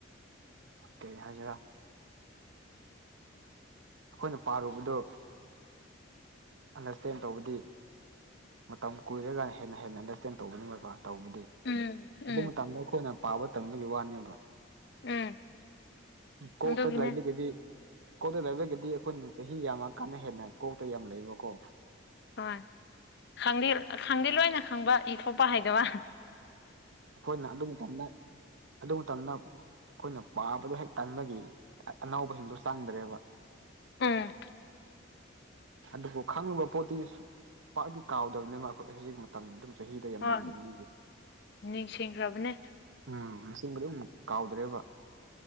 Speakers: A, on the right; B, on the left.
A: ꯀꯔꯤ ꯍꯥꯏꯖꯤꯔꯥ ꯑꯈꯣꯏꯅ ꯄꯥꯔꯨꯕꯗꯣ ꯑꯟꯅ꯭ꯔ꯭ꯁꯇꯦꯟ ꯇꯧꯕꯗꯤ ꯃꯇꯝ ꯀꯨꯏꯔꯒ ꯍꯦꯟꯅ ꯍꯦꯟꯅ ꯑꯟꯗ꯭ꯔ꯭ꯁꯇꯦꯟ ꯇꯧꯕꯅꯤ ꯃꯣꯏꯄ ꯇꯧꯕꯗꯤ
B: ꯎꯝ
A: ꯑꯗꯨ
B: ꯎꯝ
A: ꯃꯇꯥꯡꯗ ꯑꯩꯈꯣꯏꯅ ꯄꯥꯕ ꯇꯟꯕꯒꯤ ꯋꯥꯅꯦꯕ
B: ꯎꯝ
A: ꯀꯣꯛꯇ
B: ꯑꯗꯨꯒꯤꯅꯦ
A: ꯂꯩꯕꯒꯤꯗꯤ ꯀꯣꯛꯇ ꯂꯥꯏꯕꯒ꯭ꯦꯗ ꯗꯤ ꯑꯩꯈꯣꯏꯅ ꯆꯍꯤ ꯌꯥꯝꯃ ꯀꯥꯟꯗ ꯍꯦꯟꯅ ꯀꯣꯛꯇ ꯌꯥꯝ ꯂꯩꯌꯦꯕ ꯀꯣ
B: ꯍꯣꯏ ꯈꯪꯗꯤ ꯈꯪꯗꯤ ꯂꯣꯏꯅ ꯈꯪꯕ ꯏꯊꯣꯛꯄ ꯍꯩꯗꯕ
A: ꯑꯈꯣꯏꯅ ꯑꯗꯨ ꯃꯇꯝꯗ ꯑꯗꯨ ꯃꯇꯝꯗ ꯑꯈꯣꯏꯅ ꯄꯥꯕꯗꯣ ꯍꯦꯛ ꯇꯟꯕꯒꯤ ꯑꯅꯧꯕꯁꯤꯡꯗꯣ ꯆꯪꯗ꯭ꯔꯦꯕ
B: ꯎꯝ
A: ꯑꯗꯨꯕꯨ ꯈꯪꯉꯨꯕ ꯄꯣꯠꯇꯤ ꯁꯨꯛ ꯄꯥꯛꯇꯤ ꯀꯥꯎꯗꯕꯅꯤꯅ ꯑꯈꯣꯏ ꯍꯧꯖꯤꯛ ꯃꯠ ꯇꯝ ꯑꯗꯨꯝ ꯆꯍꯤꯗ ꯌꯥꯝ
B: ꯍꯣꯏ
A: ꯅꯥꯏꯗꯦꯅꯤꯗꯤ
B: ꯅꯤꯡꯁꯤꯡꯈ꯭ꯔꯕꯅꯦ
A: ꯎꯝ ꯅꯤꯡꯕꯗꯨꯝ ꯀꯥꯎꯗ꯭ꯔꯦꯕ